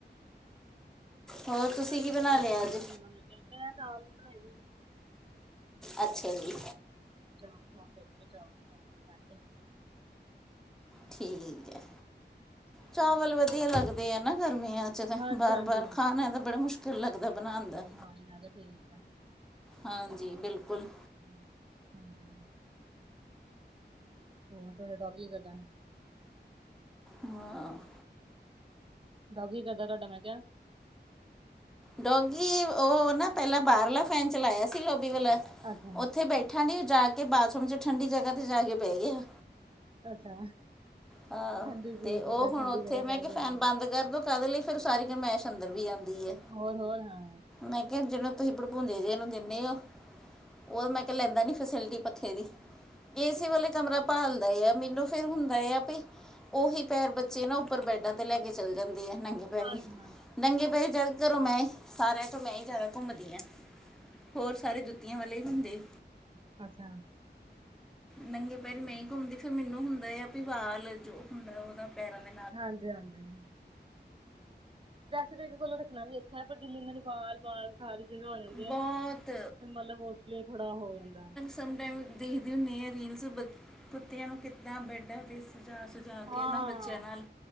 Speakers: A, in the centre; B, on the right (about 30°).
A: ਹੋਰ ਤੁਸੀਂ
B: ਬਾਰਿਸ਼
A: ਕੀ ਬਣਾ
B: ਦਾ ਕੋਈ
A: ਲਿਆ
B: ਚਾਂਸ
A: ਅੱਜ
B: ਨਹੀਂ ਹੈਗਾ ਮੈਂ ਮੈਂ ਦਾਲ ਬਣਾਈ ਆ
A: ਅੱਛਾ ਜੀ
B: ਤੇ ਚਲੋ ਚਾਵਲ ਬਣਾ ਕੇ ਕੇ
A: ਠੀਕ ਹੈ
B: ਕੇ
A: ਚਾਵਲ ਵਧੀਆ ਲੱਗਦੇ ਆ ਨਾ ਗਰਮੀਆਂ ਚ
B: ਹਾਂਜੀ
A: ਬਾਰ
B: ਹਾਂਜੀ
A: ਬਾਰ ਖਾਣਾ ਤਾਂ ਬੜਾ ਮੁਸ਼ਕਿਲ ਲੱਗਦਾ ਬਣਾਉਣ ਦਾ
B: ਹਾਂਜੀ ਮੈਂ ਕਿਹਾ ਠੀਕ ਆ
A: ਹਾਂਜੀ ਬਿਲਕੁਲ
B: ਹ ਹਾਂਜੀ ਹੋਰ ਬੇਟਾ ਕੀ ਕਰਦਾ
A: ਹਾਂ <unintelligible>
B: ਡੋਗੀ ਕੀ ਕਰਦਾ ਤੁਹਾਡਾ ਮੈਂ ਕਿਹਾ
A: ਡੋਗੀ ਉਹ ਨਾ ਪਹਿਲਾਂ ਬਾਹਰਲਾ ਫ਼ੈਨ ਚਲਾਇਆ ਸੀ ਲੋਬੀ ਵਾਲਾ
B: ਅੱਛਾ
A: ਉੱਥੇ ਬੈਠੇ ਠੰਡੀ <unintelligible> ਕੇ ਬਾਥਰੂਮ ਚ ਠੰਡੀ ਜਗ੍ਹਾ ਤੇ ਜਾ ਕੇ ਪੈ ਗਿਆ
B: ਅੱਛਾ
A: ਹਾਂ
B: ਠੰਡੀ
A: ਤੇ
B: ਚੀਜ਼
A: ਉਹ
B: ਜਾਂ
A: ਹੁਣ
B: ਠੰਡੀ
A: ਉੱਥੇ
B: ਜਗ੍ਹਾ
A: ਮੈਂ
B: ਚਾਹੀਦੀ
A: ਕਿਹਾ ਫੈਨ
B: ਉਹਨੂੰ
A: ਬੰਦ
B: ਵੀ
A: ਕਰਦੋ ਕਾਹਦੇ ਲਈ ਫਿਰਰ ਸਾਰੀ ਗਮੈਸ਼ ਅੰਦਰ ਵੀ ਜਾਂਦੀ ਐ
B: ਹੋਰ ਹੋਰ ਹਾਂ
A: ਮੈਂ ਕਿਹਾ ਜਿਹਨੂੰ ਤੁਸੀਂ ਭੜਪੂਜੇ ਜੇ ਨੂੰ ਦਿੰਦੇ ਓ ਉਹ ਮੈਂ ਲੈਂਦਾ ਨੀ ਫੈਸਿਲਿਟੀ ਪੱਖੇ ਦੀ ਏਸੀ ਵਾਲੇ ਕਮਰਾ ਭਾਲਦਾ ਆ ਇਆ ਮੈਨੂੰ ਫੇਰ ਹੁੰਦਾ ਆ ਆ ਭ ਉਹੀ ਪੈਰ ਬੱਚੇ ਨਾ ਉੱਪਰ ਬੈਡਾਂ ਤੇ ਲੈ ਕੇ ਚੱਲ ਜਾਂਦੇ ਆ ਨੰਗੇ ਨੰਗੇ
B: ਹਾਂਜੀ ਹਾਂਜੀ ਹਾਂਜੀ
A: ਪੈਰੀ ਜਇਦਾ ਤਰ ਮੈਂ ਸਾਰਿਆਂ ਚੋਂ ਮੈਂ ਈ
B: ਹਾਂਜੀ।
A: ਜ਼ਿਆਦਾ ਘੁੰਮਦੀਆਂ ਹੋਰ ਸਾਰੇ ਜੁੱਤੀਆਂ ਵਾਲੇ ਈ ਹੁੰਦੇ
B: ਅੱਛਾ
A: ਨੰਗੇ ਪੈਰੀ ਨਹੀਂ ਘੁੰਮਦੀ ਫਿਰ ਮੈਨੂੰ ਹੁੰਦਾ ਆ ਵੀ ਵਾਲ ਜੋ ਹੁੰਦਾ ਉਹਦਾ ਪੈਰਾਂ ਦਾ
B: ਹਾਂਜੀ ਹਾਂਜੀ ਵੈਸੇ ਤਾਂ ਕੋਲੋਂ ਰੱਖਣਾ ਵੀ ਅੱਛਾ ਐ ਪਰ ਜਿੰਨਾ ਇਹਨਾਂ ਨੇ ਵਾਲ ਵਾਲ ਸਾਰੀ ਜਗ੍ਹਾ ਹੋ ਜਾਂਦੀ
A: ਬਹੁਤ
B: ਐ ਨਾ ਤੇ ਮਤਲਬ ਉਸ ਲਈ ਥੋੜਾ ਹੋ ਜਾਂਦਾ
A: ਸਮਟਾਈਮ ਦੇਖਦੇ ਹੁੰਦੇ ਹਾਂ ਰੀਲਸ ਕੁੱਤਿਆਂ ਨੂੰ ਕਿੱਦ ਬੈਡਾ ਤੇ ਘਰ ਜਾ
B: ਹਾਂ।
A: ਕੇ ਨਾ ਬੱਚਿਆਂ ਨਾਲ